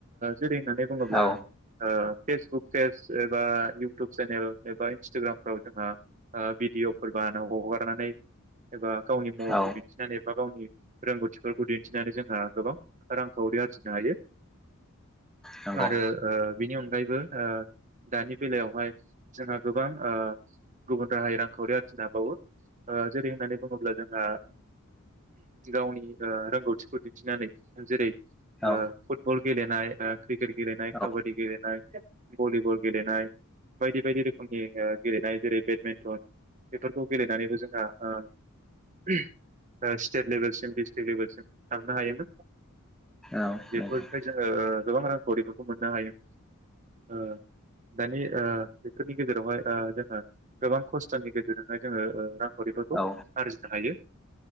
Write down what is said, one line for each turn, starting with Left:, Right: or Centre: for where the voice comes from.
Right: जेरै होननानै बुङोब्ला
Centre: औ
Right: फेसबुक पेज एबा इउटुब चेनेल एबा इन्स्टाग्रामफ्राव जोंहा भिदििअफोरबानो हगारनानै एबा गावनि माखौ
Centre: औ
Right: दिन्थिनानै बा गावनि रोंगौथिफोरखौ दिन्थिनानै जोंहा गोबां रांखावरि आरजिनो हायो
Centre: नंगौ
Right: आरो आ बिनि अनगायैबो दानि बेलायावहाय जोंहा गोबां गुबुन राहायै रांखावरि आरथििनो हाबावो जेरै होननानै बुङोब्ला जोंहा गावनि रोंगौथिखौ दिन्थिनानै जेरै आ
Centre: औ
Right: फुटबल <inaudible> क्रिकेट गेलेनाय
Centre: औ
Right: ख काबड्ि गेलेनाय भलिबल गेलेनाय बायदि बायदि रोखोमनि गेलेनाय जेरै बे मेन्टन बेफोरखौ गेलेनानैबो जोंहा ओ स्टेट लेभेलसिम डिस्ट्रिक लेभेलसिम थांनो हायोमोन
Centre: औ
Right: बेफोरखाय
Centre: नंगौ
Right: जोङो ओ गोबां रांखावरिफोरखौ मोननो हायो ओ दानि ओ बेफोरनि गेजेरावहाय ओ जोंहा गोबां खस्थ'नि गेजेरजोंनो ओ जोङो रां खावरिफोरखौ
Centre: औ
Right: आरजिनो हायो